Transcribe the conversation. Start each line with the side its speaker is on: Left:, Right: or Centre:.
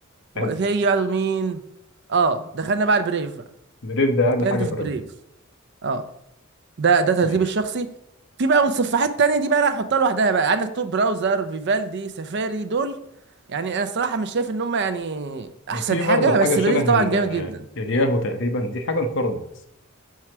Left: حلو
Right: وبعد كده يجي بعده مين اه دخلنا بقى على البريف بقى
Left: بريف ده اقل
Right: كده
Left: حاجه
Right: انت في
Left: في الرماد
Right: بريف اه ده ده ترتيب
Left: ماشي
Right: الشخصي في بقى متصفحات تانية دي بقى انا هحطها لوحدها بقى عندك تور براوزر فيفالدي سفاري دول يعني انا الصراحة مش شايف ان هم يعني احسن
Left: وفي
Right: حاجة
Left: برضه حاجه
Right: بس
Left: شبه
Right: بريف طبعا
Left: ال-
Right: جامد
Left: آه،
Right: جدا
Left: الياهو تقريبا دي حاجه انقرضت